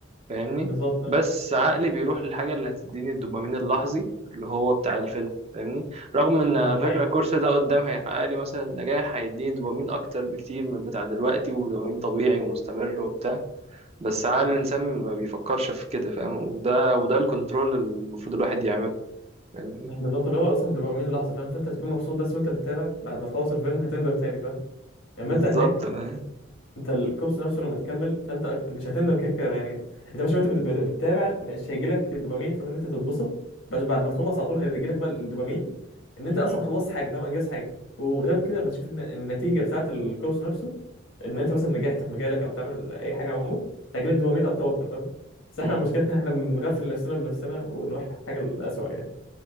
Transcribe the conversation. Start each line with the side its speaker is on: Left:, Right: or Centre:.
Right: فاهمني
Left: بالظبط
Right: بس عقلي بيروح للحاجة اللي هتديني الدوبامين اللحظي اللي هو بتاع الفيلم فاهمني رغم ان
Left: ده
Right: على
Left: حقيقي
Right: فكرة الكورس ده قدام هيحقق لي مثلا نجاح هيديني دوبامين اكتر بكتير من بتاع دلوقتي ودوبامين طبيعي ومستمر وبتاع بس عقل الإنسان ما بيفكرش في كده فاهم وده وده الكنترول المفروض الواحد يعمله فاهمني
Left: يعني بالظبط اللي هو اصلا دوبامين لحظه فاهم فانت هتكون مبسوط بس وانت بتتابع بعد ما تخلص الفيلم هتندم تاني فاهم اما
Right: بالظبط
Left: انت هناك
Right: فاهم
Left: انت الكوبس نفسه لما تكمل فانت أك- مش هتندم كده كده يعني انت مش وانت بت- بت- بتتابع مش هيجي لك الدوبامين فاهم ان انت تتبسط بس بعد ما تخلص
Right: مم.
Left: على طول هيجي لك بقى الدوبامين ان انت اصلا
Right: مم.
Left: خلصت حاجه فاهم انجزت حاجه وغير كده لما تشوف الن- النتيجه بتاعت الكوبس نفسه ان انت مثلا نجحت في مجالك او تعمل اي حاجه عموما هيجي لك دوبامين اكتر واكتر فاهم بس
Right: مم.
Left: احنا المشكله <laughs> إن احنا بنغفل نفسنا بنفسنا ونروح لحاجه الاسوء يعني